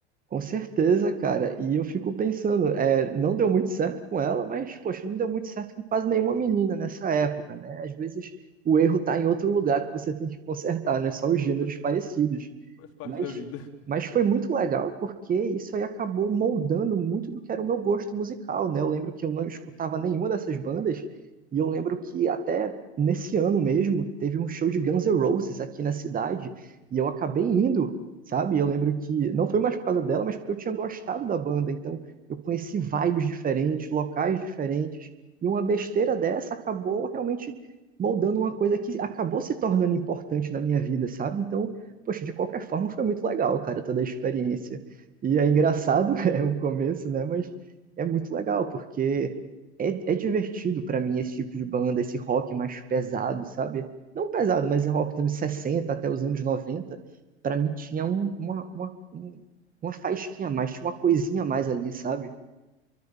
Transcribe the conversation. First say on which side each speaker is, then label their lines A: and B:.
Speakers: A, on the right (about 25°); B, on the left (about 45°).
A: Com certeza, cara. E eu fico pensando, é, não deu muito certo com ela, mas, poxa, não deu muito certo com quase nenhuma menina nessa época, né? Às vezes o erro tá em outro lugar que você tem que consertar, não é só os gêneros
B: Faz
A: parecidos.
B: faz parte
A: Mas,
B: da vida.
A: mas foi muito legal porque isso aí acabou moldando muito do que era o meu gosto musical, né? Eu lembro que eu não escutava nenhuma dessas bandas e eu lembro que até nesse ano mesmo teve um show de Guns N' Roses aqui na cidade e eu acabei indo, sabe? Eu lembro que não foi mais por causa dela, mas porque eu tinha gostado da banda, então eu conheci vibes diferentes, locais diferentes e uma besteira dessa acabou realmente moldando uma coisa que acabou se tornando importante na minha vida, sabe? Então Poxa, de qualquer forma foi muito legal, cara, toda a experiência. E é engraçado, <laughs> é o começo, né? Mas é muito legal, porque é, é divertido pra mim esse tipo de banda, esse rock mais pesado, sabe? Não pesado, mas é rock dos anos 60 até os anos noventa Pra mim tinha um- uma, uma, um- uma faísquinha a mais, tinha uma coisinha a mais ali, sabe?